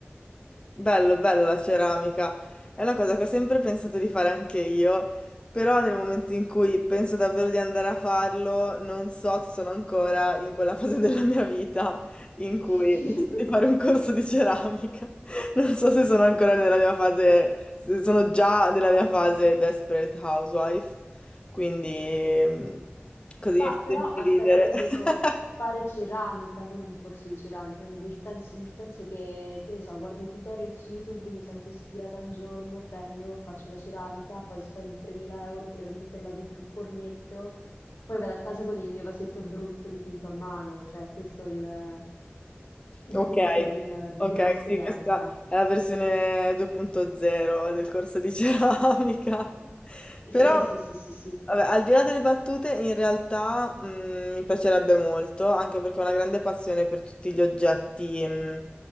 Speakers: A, on the left; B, on the left.
A: Bello, bello la ceramica. È una cosa che ho sempre pensato di fare anche io, però nel momento in cui penso davvero di andare a farlo, non so se sono ancora in quella <laughs> fase della mia vita in cui
B: <laughs>
A: decido di fare un corso di ceramica. <laughs> Non so se sono ancora nella mia fase, se sono già nella mia fase Desperate Housewife, quindi mm, così
B: Bah,
A: mi fa
B: però
A: sempre
B: aspetta,
A: ridere.
B: io ho detto
A: <laughs>
B: fare ceramica, non un corso di ceramica, nel senso, nel senso che, che ne so, guardo tutorial su YouTube, mi sento ispirata un giorno, prendo, faccio la ceramica, poi spendo 3.000 euro per metterla dentro il fornetto, poi vado a casa con il mio vasetto brutto dipinto a mano, cioè questo è il, il
A: Ok,
B: fulcro del-
A: ok,
B: dell'esperienza.
A: sì, questa è la versione 2.0 del corso di ceramica. <laughs> Però,
B: Sì, sì, sì, sì, sì.
A: vabbè, al di là delle battute, in realtà mm, mi piacerebbe molto, anche perché ho una grande passione per tutti gli oggetti, mm,